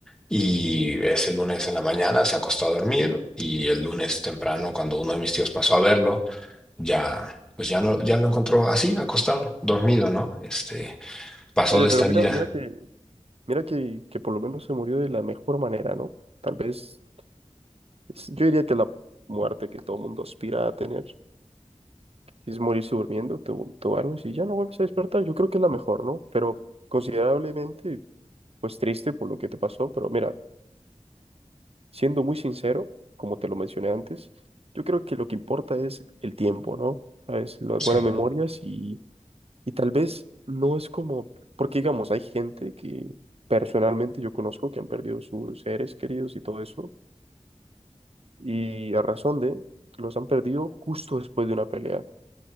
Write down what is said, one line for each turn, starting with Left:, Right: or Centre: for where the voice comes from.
Centre: Y ese lunes en la mañana se acostó a dormir y el lunes temprano, cuando uno de mis tíos pasó a verlo, ya, pues ya no, ya lo encontró así, acostado, dormido, ¿no? Este, pasó
Right: Oye,
Centre: de
Right: pero
Centre: esta
Right: mira,
Centre: vida.
Right: mira que, mira que, que por lo menos se murió de la mejor manera, ¿no? Tal vez, es- yo diría que la muerte que todo mundo aspira a tener, es morirse durmiendo, te, du- te duermes y ya no vuelves a despertar, yo creo que es la mejor, ¿no? Pero considerablemente, pues triste por lo que te pasó, pero mira, siendo muy sincero, como te lo mencioné antes, yo creo que lo que importa es el tiempo, ¿no? ¿Sabes? Las
Centre: Sí.
Right: buenas memorias Y tal vez no es como, porque digamos, hay gente que personalmente yo conozco que han perdido sus seres queridos y todo eso, y a razón de, los han perdido justo después de una pelea.